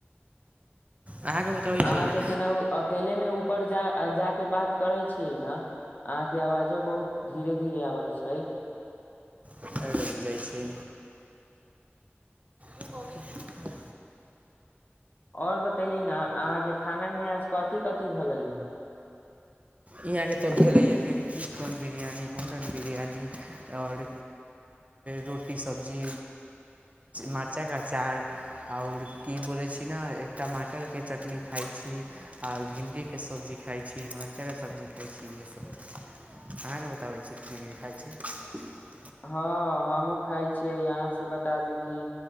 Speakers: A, on the right; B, on the left.
A: अहाँके बताबै
B: अहाँके
A: छै ने
B: केना अकेले मे ऊपर जा। आ जा के बात करे छियै न अहाके आवाजो बहुत धीरे -धीरे आबै छै। <unintelligible>
A: एहि ल कऽ जाइ छी। <unintelligible>
B: आओर बतैए ने अहाँके खाना मे आज कथी कथिी भै हा। <unintelligible>
A: इहाँके तऽ भेलैए कि चिकन बिरयानी मटन बिरयानी आओर रोटी सब्जी मरचाइके अचार आओर की बोलैत छी ने टमाटरके चटनी खाइत छी आओर भिण्डीके सब्जी खाइत छी। कत सब्जी खाइ छी इएह सब अहाँके बताबै छी की खाइ छी। <unintelligible>
B: हँ हमहुँ खाइ यहाँ से बता दू कि